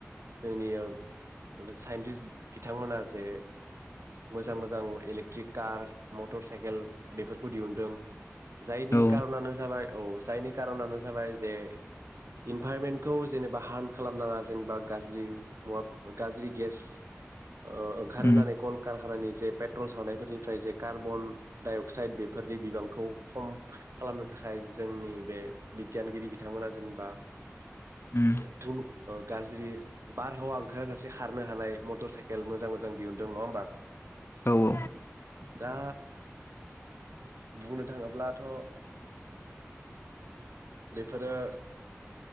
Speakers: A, on the right; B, on the left.
A: जोंनि ओ साइन्टिस्ट बिथांमोना जे मोजां मोजां इलेक्ट्रिक कार मटर साइकेल बेफोरखौ दिहुनदों जायनि
B: औ
A: कारनानो जाबाय औ जायनि कारनानो जाबाय जे इनभाइरमेन्टखौ जेनेबा हार्म खालामनाङा जेनेबा गाज्रि मुवा गाज्रि गेस ओ ओंखारहोनानै
B: उम
A: कलकारखानानि जे पेट्रल सावनायफोरनिफ्राय जे कार्बन डाइ अक्साइद बेफोरनि बिबांखौ खम खालामनो थाखाय जोंनि बे बिगियानगिरि बिथांमोना जेनबा
B: उम
A: गो थु ओ गाज्रि बारहावा ओंखारा जासे खारनो हानाय मटर साइ खेल मोजां मोजां दिहुनदों। नङा होनबा?
B: औ
A: <inaudible>
B: औ
A: दा बुंनो थाङोब्लाथ' ओ बेफोरो